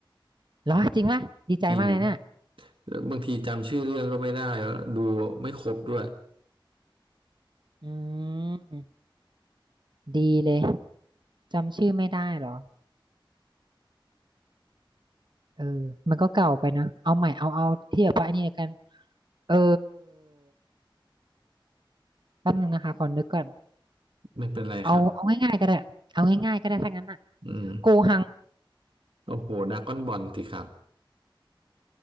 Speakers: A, on the right; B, on the right.
A: เหรอจริงปะดีใจมากเลยเนี่ย
B: จริงแล้วบางทีจำชื่อเรื่องก็ไม่ได้แล้วดูไม่ครบด้วย
A: อืมดีเลยจำชื่อไม่ได้เหรอเออมันก็เก่าไปนะเอาใหม่เอาเอาที่แบบว่าอันนี้แล้วกันเออแป๊บนึงนะคะขอนึกก่อน
B: ไม่เป็นไรครับ
A: เอาเอาง่ายๆก็ได้เอาง่ายๆก็ได้ถ้างั้นอ่ะ
B: อืม
A: โกหัง
B: โอ้โหดราก้อนบอลสิครับ